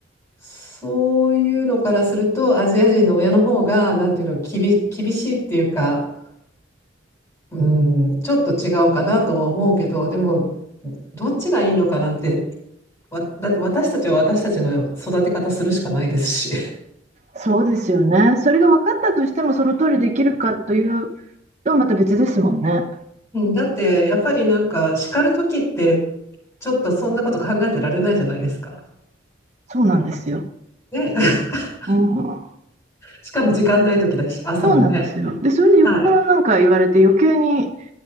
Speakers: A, on the left; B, on the right.
A: そういうのからすると、アジア人の親の方が、なんていうの、きび、厳しいっていうか、うん、ちょっと違うかなとは思うけど、でも、どっちがいいのかなんて、わ、だって私たちは私たちの育て方するしかないですし。
B: そうですよね。それが分かったとしても、その通りできるかというと、また別ですもんね。
A: うんだって、やっぱりなんか、叱る時って、ちょっとそんなこと考えてられないじゃないですか。
B: そうなんですよ。
A: ね。<laughs>
B: うん
A: しかも時間ない時だし、朝のね。
B: そうなんですよ。で、それで横からなんか言われて余計に
A: はい。